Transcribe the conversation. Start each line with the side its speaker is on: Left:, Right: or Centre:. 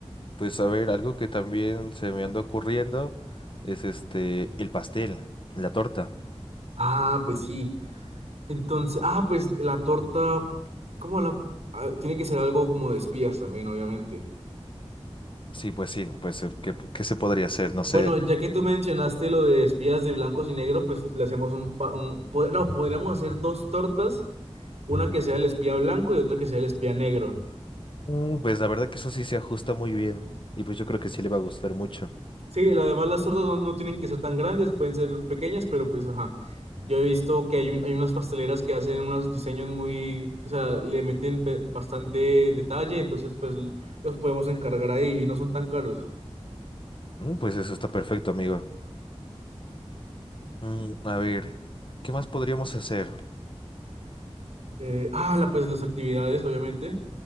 Left: Pues a ver, algo que también se me anda ocurriendo es este, el pastel, la torta.
Right: Ah, pues sí. Entonces, ah, pues la torta, ¿cómo la? ah, tiene que ser algo como de espías también, obviamente.
Left: Sí, pues sí, pues eh, ¿qué, qué se podría hacer? No sé.
Right: Bueno, ya que tú mencionaste lo de espías de blancos y negro, pues le hacemos un, pa- un po- no, podríamos hacer dos tortas, una que sea el espía blanco y otra que sea el espía negro.
Left: Mm, Pues la verdad que eso sí se ajusta muy bien. Y pues yo creo que sí le va a gustar mucho.
Right: Sí, la- además las tortas no, no tienen que ser tan grandes, pueden ser pequeñas, pero pues ajá. Yo he visto que hay, un- hay unas pasteleras que hacen unos diseños muy, o sea, le meten be- bastante detalle, entonces pues los podemos encargar ahí y no son tan caros.
Left: Mm, Pues eso está perfecto, amigo. Mm, a ver, ¿qué más podríamos hacer?
Right: Eh, ah, la, pues las actividades, obviamente.